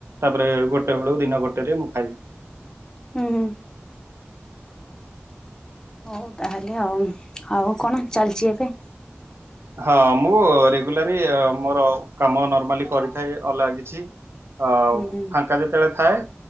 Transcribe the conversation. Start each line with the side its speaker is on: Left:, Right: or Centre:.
Right: ତାପରେ ଗୋଟେ ବେଳକୁ ଦିନ ଗୋଟେ ରେ ମୁଁ ଖାଇ
Left: ହୁଁ- ହୁଁ। ହଉ ତାହେଲେ ଆଉ। ଆଉ କଣ ଚାଲିଚି ଏବେ?
Right: ହଁ ମୁଁ ରେଗୁଲାରି ମୋର କାମ ନର୍ମାଲି କରିଥାଏ ଅଲଗା କିଛି। ଅ-
Left: ହୁଁ ହୁଁ
Right: ଫାଙ୍କା ଯେତେବେଳେ ଥାଏ।